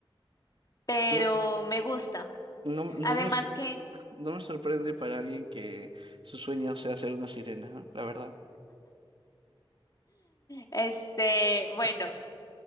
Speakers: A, on the left; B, on the right.
A: pero
B: No,
A: me gusta.
B: no, no
A: Además
B: me, s-
A: que,
B: no me sorprende para alguien que su sueño sea ser una sirena, ¿no? La verdad.
A: este, bueno.
B: Ah,